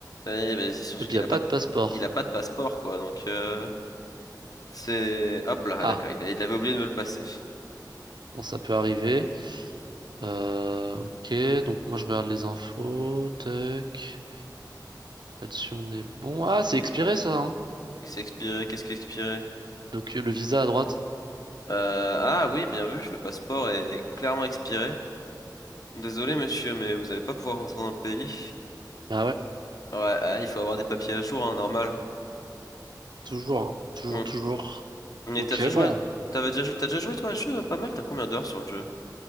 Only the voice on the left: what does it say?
Eh ben, c'est surtout
qu'il
a
pas de...
il a pas de passeport, quoi. Donc, euh, c'est. Hop là,
ah, d'accord, il a- il avait oublié de me le passer.
Bien,
bref.
C'est expiré, qu'est-ce qui est expiré?
Euh, ah oui, bien vu, le passeport est clairement expiré. Désolé, monsieur, mais vous allez pas pouvoir rentrer dans le pays.
Ouais, ah, il faut avoir des papiers à jour, hein, normal.
Hum.
Mais
t'as déjà joué,
t'avais déjà joué, t'as déjà joué toi à ce jeu pas mal, t'as combien d'heures sur le jeu?